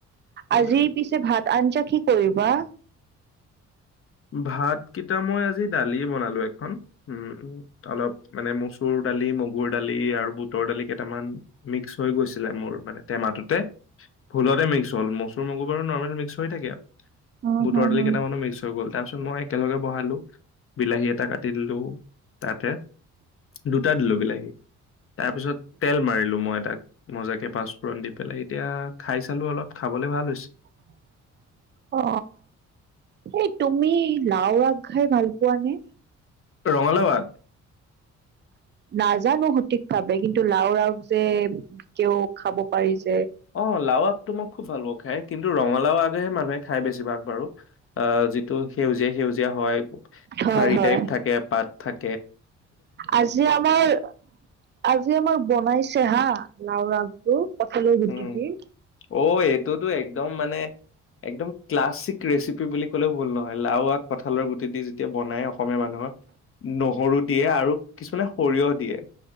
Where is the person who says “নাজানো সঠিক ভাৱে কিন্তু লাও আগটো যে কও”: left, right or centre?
Right